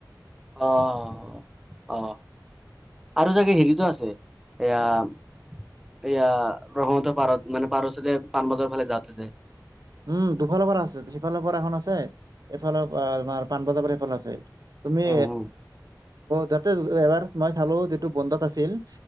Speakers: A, in the centre; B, on the right (about 60°).
A: অ' অহ। আৰু চাগে হেৰিতো আছে এয়া এয়া ব্ৰহ্মপুত্ৰ পাৰত মানে পাৰৰচতে পাণবজাৰ ফালে যাতে যে
B: উম দুফালৰ পৰা আছে সিফালৰ পৰা এখন আছে এফালৰ পৰা আমাৰ পাণবজাৰ পৰা এফালে আছে। তুমি
A: উম উম
B: যাতে এবাৰ মই চালো যিটো বন্ধত আছিল।